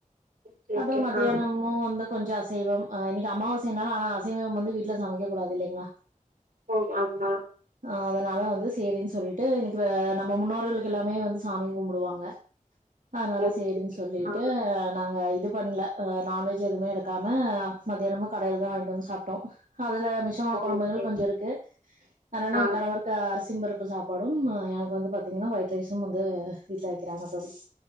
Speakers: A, on the right; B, on the right.
A: ஓகே
B: அப்பறோ
A: ஓகே
B: மத்தியானம்மு
A: ஆ
B: வந்து கொஞ்சோ அசைவம் அ இன்னைக்கு அமாவாசை னால ஆனா அசைவம் வந்து வீட்ல சமக்கக் கூடாது இல்லைங்களா
A: ஓ ஆம்மா
B: ஆ அதனால வந்து சேரின்னு சொல்லிட்டு இன்னிக்கு அ நம்ம முன்னோர்களுக்கு எல்லாமே வந்து சாமி கும்புடுவாங்க ஆனால
A: ஓகே
B: சேரின்னு
A: ஓகே
B: சொல்லிட்டு
A: ஆ
B: நாங்க து பண்ல அ நான்வெஜ் எதுமே எடுக்காம மத்தியானமா கடைல தா வாங்கிட்டு வந்து சாப்ட்டோ அதுல மிச் சமான கொழம்புகள்
A: ஓகே
B: கொஞ்சோ இருக்கு அத்னால
A: ஆ
B: என் கணவர் க்கு அரிசிம் பருப்பு சாப்பாடும் எனக்கு வந்து பாத்தீங்கன்னா ஒயிட் ரைஸும் வந்து வீட்ல வெக்கிறாங்க தோழி